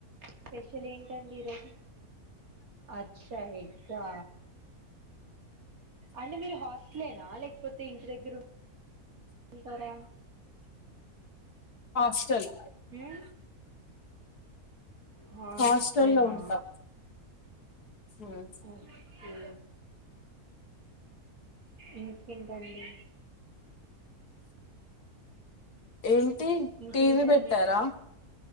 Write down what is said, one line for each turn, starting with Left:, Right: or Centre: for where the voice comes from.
Right: స్పె షల్ ఏం టండి ఈరోజు అచ్చా ఎగ్గా అంటే మీరు హాస్టలేనా లే కపోతే ఇంటి దగ్గర ఉం ఉంటారా
Left: హాస్టల్
Right: మ్ హాస్టలేనా
Left: హాస్టల్లో ఉంటా ఉమ్.
Right: ఓకే ఇం కా అండి
Left: ఏంటి
Right: ఇంకేంటండి
Left: టీవీ పెట్టారా